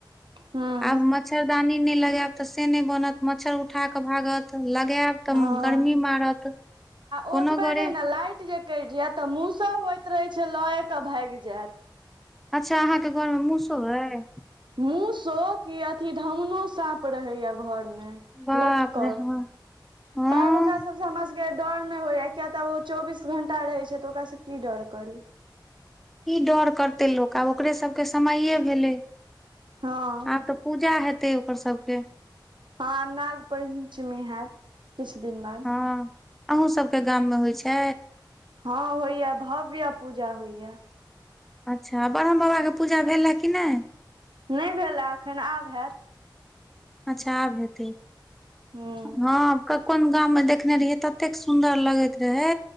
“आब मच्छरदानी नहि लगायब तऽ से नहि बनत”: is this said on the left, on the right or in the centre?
Centre